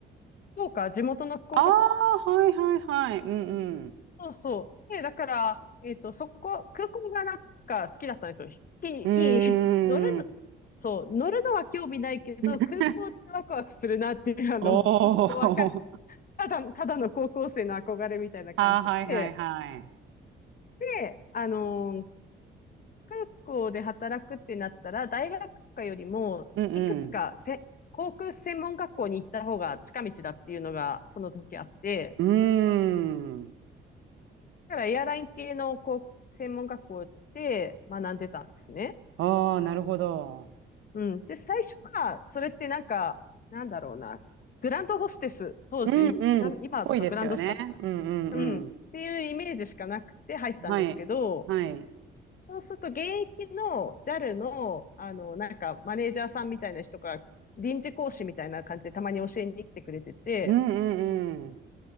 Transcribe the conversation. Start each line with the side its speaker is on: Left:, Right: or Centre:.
Left: 福岡、地元の福岡空
Right: ああー、はいはいはい。うんうん。
Left: 港、そう。で、だから、えっと、そこ、空港がなんか好きだったんですよ。飛行機に
Right: うーん。
Left: <laughs> 乗るの、そう、乗るのは興味ないけど、
Right: <laughs>
Left: 空港ってワクワクするなっていう、あの、
Right: おー
Left: 本当わか、ただ、ただの高校生の憧れみたいな感じで、
Right: ああ、はいはいはい。
Left: で、あのー空港で働くってなったら、大学とかよりも、
Right: うん
Left: いくつかせ航空専門学校に行った方が近道だっていうのが、その時あって、
Right: うん。うーん。
Left: だからエアライン系の航空専門学校で学んでたんですね。
Right: ああ、なるほど。
Left: うん。で、最初は、それってなんか、なんだろうな、グランドホステス、当時、
Right: うんうん。
Left: グラン、今だとグランドスタッフか。
Right: ぽいですよね。うんうんうん。
Left: うん。っていうイメージしかなくて入ったんですけど、
Right: はい。はい。
Left: そうすると、現役の JAL の、あの、なんか、マネージャーさんみたいな人が、臨時講師みたいな感じでたまに教えに来てくれてて、
Right: うんうんうん。